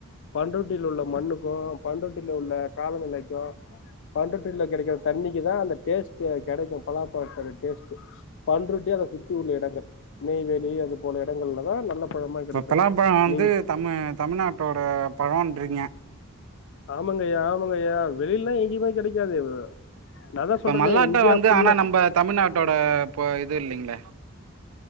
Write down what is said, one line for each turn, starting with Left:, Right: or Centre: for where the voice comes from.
Left: பண்ருட்டியில உள்ள மண்ணுக்கு பண்ருட்டில உள்ள காலநிலைக்கு பண்ருட்டில கெடக்கிற தண்ணிக்கு தா அந்த டேஸ்ட் கெடைக்கு பலா பழத்தோட டேஸ்ட்டு பண்ருட்டி அத சுத்தி உள்ள இடங்கள் நெய்வேலி அது போல இடங்கள்ல தா நல்ல பழமா
Right: இப்ப
Left: கெடைக்கு
Right: பலா பழொ வந்து
Left: நீங்
Right: தமிழ் தமிழ்நாட்டோட பழோன்றீங்க
Left: ஆமங்கய்யா ஆமங்கய்யா வெளிலல்லா எங்கேயுமே கெடக்காது நா தா
Right: இப்ப
Left: சொல்றனே
Right: மல்லாட்ட
Left: இந்தியா
Right: வந்து
Left: ஃபுல்லா
Right: ஆனா நம்ம தமிழ்நாட்டோட இப்பொ இது இல்லேங்ளே